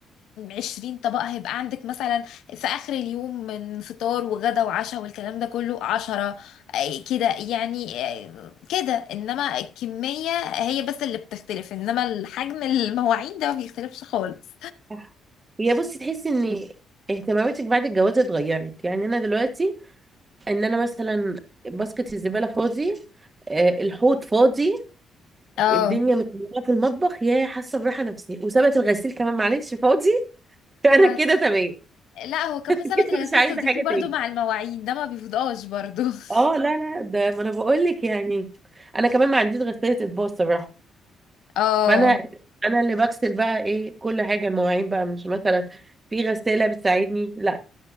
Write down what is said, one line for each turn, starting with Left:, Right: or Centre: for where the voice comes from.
Left: عشرين طبق هيبقى عندك مثلا في اخر اليوم من فطار وغدا وعشاء والكلام ده كله عشرة آه، كده يعني آه، كده انما الكمية هي بس اللي بتختلف انما الحجم المواعين ده ما بيختلفش خالص
Right: صح. هي بصي تحسي ان اهتماماتك بعد الجواز اتغيرت يعني انا دلوقتي ان انا مثلا باسكت الزباله فاضي آه، الحوض فاضي
Left: اه
Right: الدنيا متملة في المطبخ يا حاسه براحه نفسيه وسابت الغسيل كمان معلش فاضي <laughs> انا
Left: آه،
Right: كده تمام
Left: لا هو كمان
Right: <laughs>
Left: سابت الغسيل
Right: مش عايزه
Left: تضيفيه
Right: حاجه
Left: برضو
Right: تاني
Left: مع المواعين ده ما بيفضقش برضو
Right: اه لا
Left: <laughs>
Right: لا ده ما انا بقول لك يعني انا كمان ما عنديش غساله اطباق الصراحه
Left: اه
Right: فانا انا اللي بغسل بقى ايه كل حاجه المواعين بقى مش مثلا في غساله بتساعدني لا